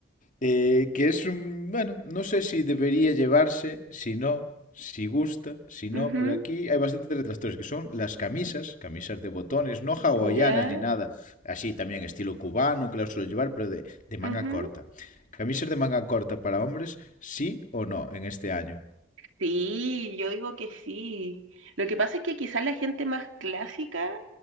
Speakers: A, on the left; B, on the right.
A: Eh, que es un, bueno, no sé si debería llevarse, si no, si gusta, si no,
B: Ujú,
A: pero aquí hay bastantes detractores que son las camisas, camisas de botones, no hawaianas
B: Ya.
A: ni nada, así también estilo cubano que las suelo llevar, pero de, de manga
B: ujú.
A: corta. Camisas de manga corta para hombres, sí o no en este año.
B: Sí, yo digo que sí. Lo que pasa es que quizás la gente más clásica